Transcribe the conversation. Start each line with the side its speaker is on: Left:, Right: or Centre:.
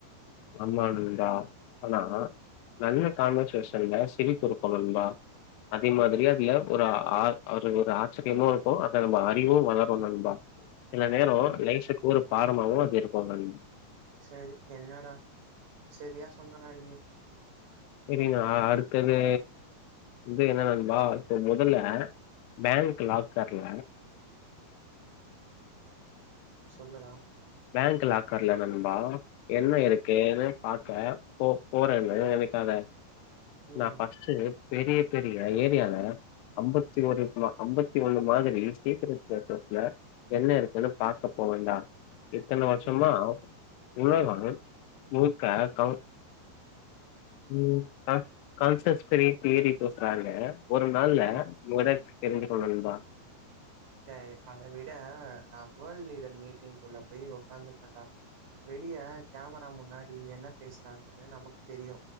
Left: ஆமா நண்பா ஆனா நல்ல கான்வர்சேஷன்ல சிரிப்புருக்கும் நண்பா அதே மாதிரியே அதுல ஒரு ஆ ஒரு ஆச்சர்யமோ இருக்கும் அத நம்ப அறிவும் வளரு நண்பா சில நேரோ
Right: ம்.
Left: லைஃபுக்கு ஒரு பாடமாவு அது இருக்கோ நண்
Right: சேரி என்னடா செரியா சொன்னடா நீ
Left: செரிங்ளா அடுத்தது வந்து என்னன்னல்வால் சோ மொதல்ல பேங்க் லாக்கர்ல
Right: சொல்லு டா
Left: பேங்க் லாக்கர்ல நண்பா என்ன
Right: ம்.
Left: இருக் கேனு பாக்க போ போறன்னு நெனைக்காத
Right: ம்.
Left: நா அ ட்டு பெரிய பெரிய ஏரியால ஐம்பத்தி ஒரு மா ஐம்பத்தி ஒண்ணு மாதிரி சீக்கிர சக்ஸஸ்ல என்ன இருக்குனு பாக்க போவண் டா இத்தன வர்ஷ்ஷமா
Right: ம்.
Left: உலகம் முழுக்க கவு ம் ஆ கான்ஸ்டர்ஸ்ஃபெரி தேறி பேசுறாங்க ஒரு நாள்ல
Right: ம்.
Left: மொற தெரிஞ்சிக்கோ நண்பா
Right: டேய் அத விட நா வோல்ட் லீடர் மீட்டிங்ல போய் ஒக்காந்துப்பேண் டா வெளிய கேமரா முன்னாடி என்ன பேஸ்றாங்கனு நமக்கு தெரியு